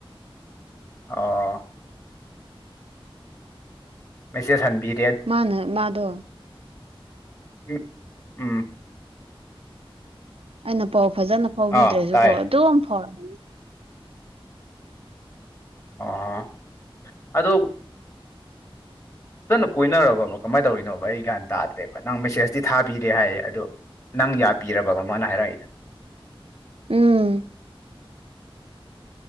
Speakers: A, on the left (about 30°); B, on the right (about 80°).
A: ꯑꯣ ꯃꯦꯁꯦꯁ ꯍꯟꯕꯤ
B: ꯃꯥꯅ ꯃꯥꯗꯣ
A: ꯎ ꯎꯝ
B: ꯑꯩꯅ ꯄꯥꯎ ꯐꯖꯅ ꯐꯥꯎꯕꯤꯗ꯭ꯔꯁꯨꯀꯣ
A: ꯑꯥ ꯇꯥꯏꯌꯦ
B: ꯑꯗꯨꯝ ꯐꯥꯎꯔ
A: ꯑꯣ ꯑꯗꯨ ꯐꯖꯅ ꯀꯣꯏꯅꯔꯕꯕ ꯀꯃꯥꯏꯅ ꯇꯧꯔꯤꯅꯣꯕ ꯑꯩ ꯒ꯭ꯌꯥꯟ ꯇꯥꯗ꯭ꯔꯦꯕ ꯅꯪ ꯃꯦꯁꯦꯖꯇꯤ ꯊꯥꯕꯤꯔꯦ ꯍꯥꯏꯌꯦ ꯑꯗꯣ ꯅꯪ ꯌꯥꯕꯤꯔꯕꯕ ꯃꯥꯅ ꯍꯥꯏꯔꯛꯏꯗ
B: ꯎꯝ